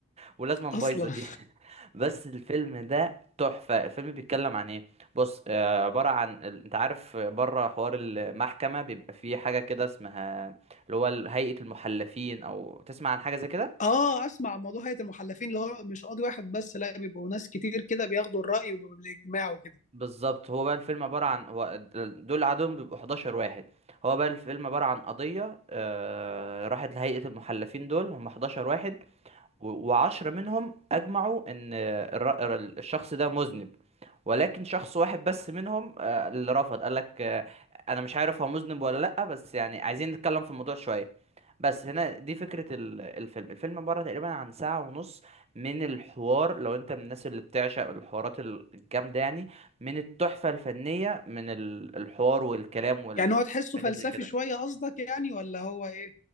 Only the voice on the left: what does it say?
اصلا
اه اسمع عن موضوع هيئة المحلفين اللي هو مش قاضي واحد بس لا بيبقوا ناس كتير كده بياخدوا الرأي وبالاجماع وكده
يعني هو تحسه فلسفي
شوية قصدك يعني ولا هو ايه؟